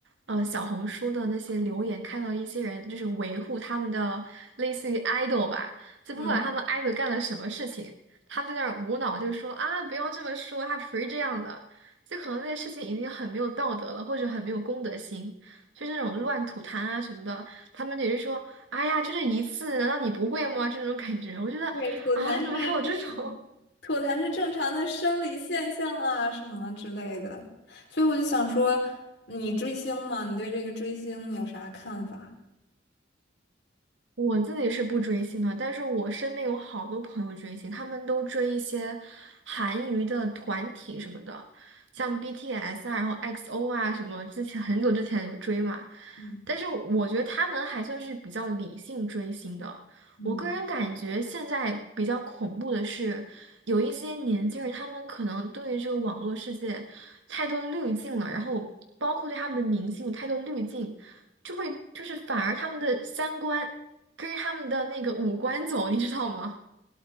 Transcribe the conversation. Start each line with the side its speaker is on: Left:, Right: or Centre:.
Right: 呃，小红书的那些留言看到一些人就是维护他们的类似于 idol 吧，就不管他们
Left: 嗯，
Right: idol 干了什么事情，他们在那儿无脑就说啊，不要这么说，他不是这样的。就可能那些事情已经很没有道德了，或者很没有公德心，就是那种乱吐痰啊什么的，他们也是说，哎呀，就这一次，难道你不会吗？这种感觉，我觉得啊，
Left: 对，吐痰是正，
Right: 怎么还有这种？
Left: 吐痰是正常的生理现象啊，什么之类的。所以我就想说，你追星吗？你对这个追星有啥看法？
Right: 我自己是不追星的，但是我身边有好多朋友追星，他们都追一些韩娱的团体什么的，像 BTS 啊，然后 XO 啊什么，之前很久之前有追嘛。
Left: 嗯。
Right: 但是我觉得他们还算是比较理性追星的。
Left: 嗯。
Right: 我个人感觉现在比较恐怖的是，有一些年轻人他们可能对于这个网络世界太多滤镜了，然后包括对他们的明星有太多滤镜。就会就是反而他们的三观可是他们的那个五官走，你知道吗？